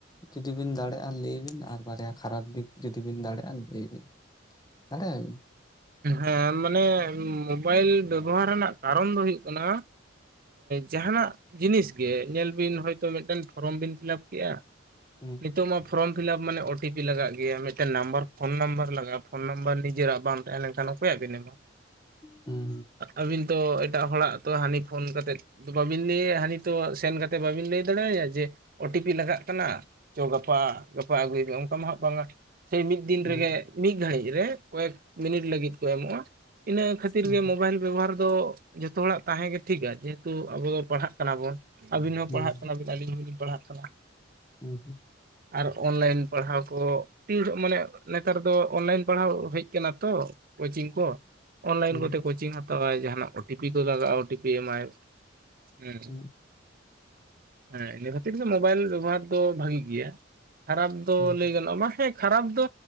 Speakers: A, on the left (about 20°); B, on the right (about 50°).
A: ᱡᱩᱫᱤ ᱵᱤᱱ ᱫᱟᱲᱮᱭᱟᱜᱼᱟ ᱞᱟᱹᱭ ᱵᱤᱱ ᱟᱨ ᱵᱟᱨᱭᱟ ᱠᱷᱟᱨᱟᱯ ᱫᱤᱠ ᱡᱩᱫᱤ ᱵᱤᱱ ᱫᱟᱲᱮᱭᱟᱜᱼᱟ ᱞᱟᱹᱭ ᱵᱤᱱ ᱫᱟᱲᱮᱭᱟᱜᱧ <inaudible>
B: ᱦᱮᱸ ᱢᱟᱱᱮ ᱢᱳᱵᱟᱭᱤᱞ ᱵᱮᱵᱚᱦᱟᱨ ᱨᱮᱱᱟᱜ ᱠᱟᱨᱚᱱ ᱫᱚ ᱦᱩᱭᱩᱜ ᱠᱟᱱᱟ ᱡᱟᱦᱟᱱᱟᱜ ᱡᱤᱱᱤᱥ ᱜᱮ ᱧᱮᱞ ᱵᱤᱱ ᱦᱚᱭᱛᱳ ᱢᱤᱫᱴᱮᱱ ᱯᱷᱚᱨᱚᱢ ᱵᱤᱱ ᱯᱷᱤᱞᱟᱯ ᱠᱮᱫᱮᱜᱼᱟ
A: ᱦᱩᱸ
B: ᱱᱤᱛᱚᱜ ᱢᱟ ᱯᱷᱨᱚᱢ ᱯᱷᱤᱞᱟᱯ ᱢᱟᱱᱮ ᱳ ᱴᱤ ᱯᱤ ᱞᱟᱜᱟᱜ ᱜᱮᱭᱟ ᱢᱤᱫᱴᱮᱱ ᱱᱟᱢᱵᱟᱨ ᱯᱷᱳᱱ ᱱᱟᱢᱵᱟᱨ ᱞᱟᱜᱟᱜᱼᱟ ᱯᱷᱳᱱ ᱱᱟᱢᱵᱟᱨ ᱱᱤᱡᱮᱨᱟᱜ ᱵᱟᱝ ᱦ <unintelligible> ᱞᱮᱱᱠᱷᱟᱱ ᱚᱠᱚᱭᱟᱜ ᱵᱤᱱ ᱮᱢᱟ
A: ᱦᱩᱸ
B: ᱟᱹᱵᱤᱱ ᱛᱚ ᱮᱴᱟᱜ ᱦᱚᱲᱟᱜ ᱛᱚ ᱦᱟᱹᱱᱤ ᱯᱷᱳᱱ ᱠᱟᱛᱮᱫ <unintelligible> ᱵᱤᱞᱤ ᱦᱟᱱᱤ ᱛᱚ ᱥᱮᱱ ᱵᱟᱵᱤᱱ ᱞᱟᱹᱭ ᱫᱟᱲᱮᱭᱟᱭᱟ ᱡᱮ ᱳ ᱴᱤ ᱯᱤ ᱞᱟᱜᱟᱜ ᱠᱟᱱᱟ ᱪᱚ ᱜᱟᱯᱟ ᱯ <unintelligible> ᱟᱹᱜᱩᱭᱮᱫ ᱚᱱᱠᱟ ᱢᱟ ᱦᱟᱜ ᱵᱟᱝᱟ ᱥᱮ ᱢᱤᱫ ᱫᱤᱱ
A: ᱦᱩᱸ
B: ᱨᱮᱜᱮ ᱢᱤᱫ ᱜᱷᱟᱹᱲᱤᱡ ᱨᱮ ᱠᱚᱭᱮᱠ ᱢᱤᱱᱤᱴ ᱞᱟᱹᱜᱤᱫ ᱠᱚ ᱮᱢᱚᱜᱼᱟ ᱤᱱᱟᱹ ᱠᱷᱟᱹᱛᱤᱨ
A: ᱦᱩᱸ
B: ᱜᱮ ᱢᱳᱵᱟᱭᱤᱞ ᱵᱮᱵᱚᱦᱟᱨ ᱫᱚ ᱡᱚᱛᱚ ᱦᱚᱲᱟᱜ ᱛᱟᱦᱮᱸ ᱜᱮ ᱴᱷᱤᱠᱟ ᱡᱮᱦᱮᱛᱩ ᱟᱵᱚ ᱫᱚ ᱯᱟᱲᱦᱟᱜ ᱠᱟᱱᱟ ᱵᱚᱱ ᱟᱵᱤᱱ ᱦᱚᱸ
A: ᱦᱩᱸ
B: ᱯᱟᱲᱦᱟᱜ
A: ᱦᱩᱸ
B: ᱠᱟᱱᱟᱵ ᱟᱹᱞᱤᱧ ᱦᱚᱸᱞᱤᱧ ᱯᱟᱲᱦᱟᱜ ᱠᱟᱱᱟ
A: ᱦᱩᱸ ᱦᱩᱸ
B: ᱟᱨ ᱚᱱᱞᱟᱭᱤᱱ ᱯᱟᱲᱦᱟᱣ ᱠᱚ ᱛ <unintelligible> ᱢᱟᱱᱮ ᱱᱮᱛᱟᱨ ᱫᱚ ᱚᱱᱞᱟᱭᱤᱱ ᱯᱟᱲᱦᱟᱣ ᱦᱮᱡ ᱠᱟᱱᱟ ᱛᱚ ᱠᱳᱪᱤᱝ ᱠᱚ ᱚᱱᱞᱟᱭᱤᱱ
A: ᱦᱩᱸ
B: ᱠᱚᱛᱮ
A: ᱦᱩᱸ
B: ᱠᱳᱪᱤᱝ ᱦᱟ ᱡᱟᱦᱟᱱᱟᱜ ᱳᱴᱤ ᱯᱤ ᱠᱚ ᱞᱟᱜᱟᱜᱼᱟ ᱳᱴᱤ ᱯᱤ ᱮᱢᱟᱭ ᱦᱮᱸ
A: ᱦᱩᱸ
B: ᱦᱮᱸ ᱤᱱᱟᱹ ᱠᱷᱟᱹᱛᱤᱨ ᱢᱳᱵᱟᱭᱤᱞ ᱵᱮᱵᱚᱦᱟᱨ ᱫᱚ ᱵᱷᱟᱹᱜᱤ ᱜᱮᱭᱟ ᱠᱷᱟᱨᱟᱯ ᱫᱚ
A: ᱦᱩᱸ
B: ᱞᱟᱹᱭ ᱜᱟᱱᱚᱜᱼᱟ ᱢᱟ ᱦᱮᱸ ᱠᱷᱟᱨᱟᱯ ᱫᱚ